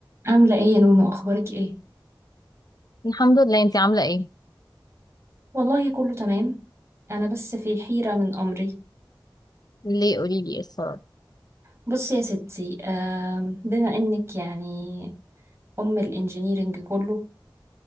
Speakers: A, on the right; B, on the left.
A: عاملة ايه يا نونو اخبارك ايه
B: الحمد لله انتي عاملة ايه؟
A: والله كله تمام انا بس في حيرة من امري
B: ليه قولي لي ايه الصراحة؟
A: بصي يا ستي آم، بما انك يعني ام الانجينيرينج كله